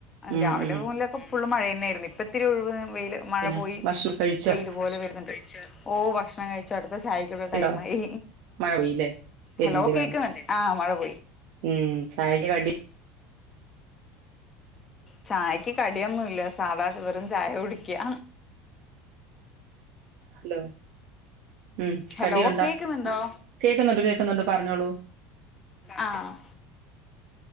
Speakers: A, on the right (about 70°); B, on the left (about 25°).
A: ഉം
B: രാവിലെ
A: ഉം
B: <unintelligible> ഫുള്ളും മഴേര് ന്നേര്ന്ന് ഇപ്പ ഇത്തിരി ഒഴിവ് വെയില് മഴ
A: പിന്നെ
B: പോയി
A: ഭക്ഷണം കഴിച്ചോ
B: വെയില് പോലെ വരുന്നുണ്ട് ഓഹ് ഭക്ഷണം കഴിച്ചു അടുത്ത ചായക്കുള്ള ടൈമായി
A: ഉണ്ടോ മഴ പെയ്യില്ലേ വരുന്നുണ്ട്ല്ലേ
B: ഹലോ കേക്ക്ന്ന്ണ്ടോ ആഹ് മഴ പോ
A: ഉം ചായക്ക് കടി
B: ചായക്ക് കടിയൊന്നുംല്ല സാധാ ചോറും ചായ കുടിക്കാ
A: ഹലോ ഉം
B: ഹലോ
A: കടിയുണ്ട
B: കേക്കുന്നുണ്ടോ
A: കേക്കുന്നുണ്ട് കേൾക്കുന്നുണ്ട് പറഞ്ഞോളൂ
B: ആഹ്